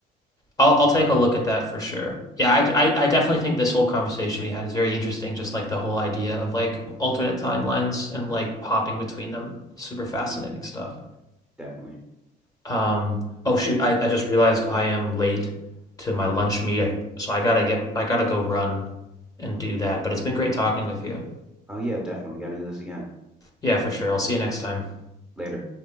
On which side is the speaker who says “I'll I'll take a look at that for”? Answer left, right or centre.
Left